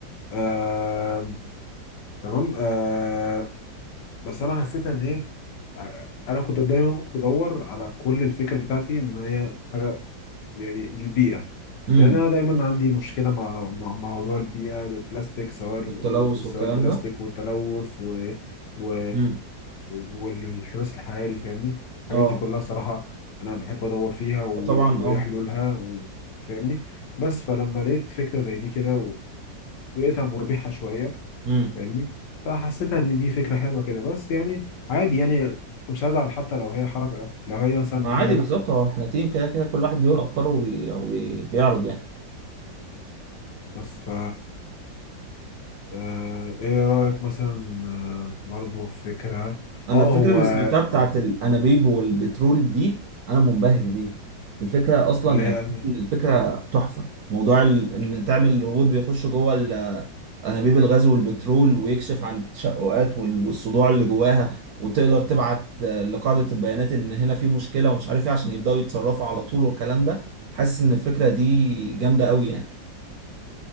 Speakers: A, on the left; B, on the right.
A: آه... تمام آه... بس انا حسيتها ان هي آه، انا كنت دايما بدور على كل الفكره بتاعتي ان هي حاجه يعني للبيئه
B: امم
A: يعني انا دايما عندي مشكله مع مع مع موضوع البيئه البلاستيك سواء
B: والتلوث
A: ال- سواء
B: والكلام
A: البلاستيك
B: ده
A: والتلوث و... و...
B: امم
A: والانحباس الحراري فاهمني الحاجات
B: اه
A: دي كلها صراحه انا بحب ادور فيها و...
B: آه طبعا اه
A: وايه حلولها و... فاهمني بس فلما لقيت فكره زي دي كده و... ولقيتها مربحه شويه
B: امم
A: فاهمني فحسيتها ان دي فكره حلوه كده بس يعني عادي يعني مش هزعل حتى لو هي حركه لو هي مثلا
B: ما
A: حاجه
B: عادي بالظبط اه احنا تيم كده كده كل واحد بيقول افكاره وبيعرض يعني
A: بس ف آه، ايه رأيك مثلا آه، برضو في فكرة
B: انا
A: اه
B: الفكره
A: هو
B: اللي سمعتها بتاعت
A: اه
B: الانابيب والبترول دي انا منبهر بيها الفكره اصلا
A: اللي
B: يعني
A: هي يعني
B: الفكره تحفه موضوع ال- ان تعمل روبوت بيخش جوه ال- انابيب الغاز والبترول ويكشف عن التشققات وال- والصدوع اللي جواها وتقدر تبعت آه، لقاعده البيانات ان هنا في مشكله ومش عارف ايه عشان يبداوا يتصرفوا على طول والكلام ده حاسس ان الفكره دي جامده قوي يعني